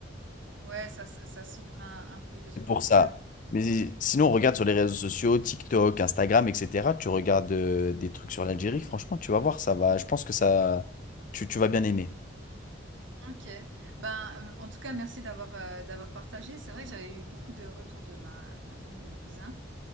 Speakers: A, on the right (about 75°); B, on the left (about 40°).
A: ouais, ça ça ça s'ouvre un un peu de ce
B: C'est
A: point
B: pour
A: de
B: ça.
A: vue-là.
B: Mais sinon, on regarde sur les réseaux sociaux, TikTok, Instagram, etc. Tu regardes euh, des trucs sur l'Algérie, franchement, tu vas voir, ça va. Je pense que ça, tu, tu vas bien aimer.
A: OK. Ben, heu, en tout cas merci d'avoir, heu, d'avoir partagé. C'est vrai que j'avais eu beaucoup de retours de ma de la femme de mon cousin